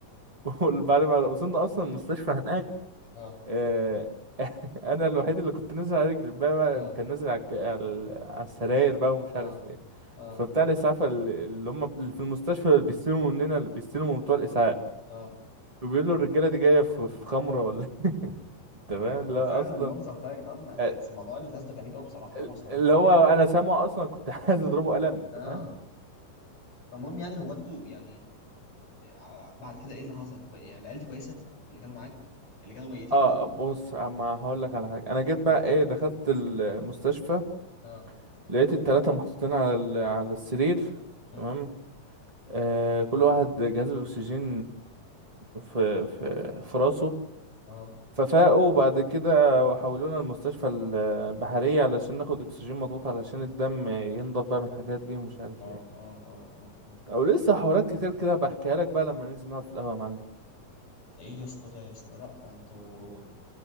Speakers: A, on the right; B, on the left.
A: وبعد ما وصلنا اصلا المستشفى هناك
B: اه
A: آه، <laughs> انا الوحيد اللي كنت نازل على رجلي الباقي بقى
B: اه
A: كان نازل على الك- على ال- على السراير بقى ومش
B: اه
A: عارف ايه
B: اه
A: فبتاع الاسعاف ال- اللي هم اللي في المستشفى اللي بيستلموا مننا اللي بيستلموا بتوع الاسعاف
B: اه
A: فبيقول له الرجاله دي جايه في في خمره ولا <laughs> انت فاهم
B: يا ما
A: اللي
B: هو
A: هو
B: فعلا
A: اصلا
B: المنظر ده يا جدعان ما يحس
A: آه،
B: موضوع الغاز ده غريب قوي بصراحه انا
A: آه،
B: عمري ما اسمع عنه
A: اللي
B: اصلا
A: هو انا سامعه اصلا كنت <laughs> عايز اضربه قلم انت
B: اه
A: فاهم
B: طب المهم يعني هو انتوا يعني آه، بعد كده ايه اللي حصل انتوا بقى- يعني العيال دي كويسه اللي كانوا معاك اللي كانوا ميتين
A: اه
B: دول
A: بص اما هقول لك على حاجه انا جيت بقى
B: مم.
A: ايه دخلت المستشفى
B: اه
A: لقيت التلاته محطوطين على ال- على السرير
B: مم.
A: تمام آه، كل واحد جهاز الأكسجين في في في راسه
B: اه
A: ففاقوا وبعد كده حولونا المستشفى البحرية علشان ناخد أكسجين مضغوط علشان الدم ينضب بقى من الحاجات دي ومش عارف
B: اه
A: ايه
B: اه اه اه اه
A: أو لسه حوارات كتير كده بحكيها لك بقى لما ننزل نقعد في القهوة يا معلم
B: ايه يا اسطى ده يا اسطى لا ما انتوا